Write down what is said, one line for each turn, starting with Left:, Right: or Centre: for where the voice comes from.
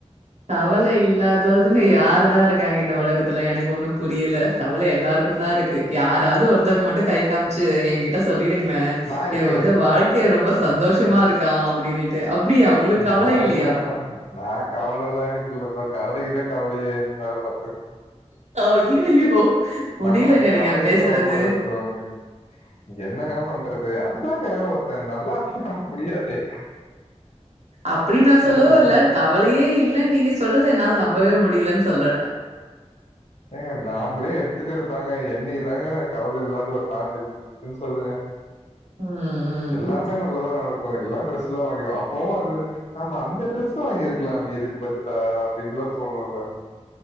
Right: கவலை இல்லாதோர் அதுங்க யாரு தா இருக்காங்க இந்த உலகத்துல எனக்கு ஒன்னு புரியல கவலை எல்லாருக்கும் தா இருக்கு யாராவது ஒருத்தவங்க மட்டும் கை காமிச்சு எங்க கிட்ட சொல்லிடுங்க
Left: நா இல்லையே
Right: இவன் வந்து வாழ்க்கைய ரொம்ப சந்தோஷமா இருக்கான் அப்படின்னு அப்டியா உங்களுக்கு
Left: நா
Right: கவல இல்லையா
Left: இல்லப்பா நா கவலல்லா எனக்கு இல்லப்பா கவலைக்கு தா கவலையே என் மேல பாத்து
Right: ஐய்யோயோ முடிலங்க
Left: நாங்கல்லா
Right: நீங்க
Left: கவலையே
Right: பேசுறது
Left: <unintelligible> என்னங்க பண்றது அதுதாங்க ஒருத்த நல்லா <unintelligible> முடியாதே
Right: அப்டி நா சொல்ல
Left: என்ன பண்றது
Right: வர்ல கவலையே இல்லன்னு நீங்க சொல்றது என்னால நம்பவே முடிலன்னு சொல்ற
Left: ஏங்க நாம்ளே எடுத்துக்கிறதாங்க என்னைக்கு தாங்க கவல இல்லாத ஒரு நாள் இருக்கு ம் சொல்லுங்க
Right: ம்
Left: எல்லாமே
Right: ம்
Left: நல்லதா நடக்கு எல்லா டிரெஸ் லா வாங்கிருவோ அப்பவு அது அது ஆமா அந்த டிரெஸ்ஸு வாங்கிருக்கலாமே இதுக்கு பதில் லா அப்டின்லா தோனுல்ல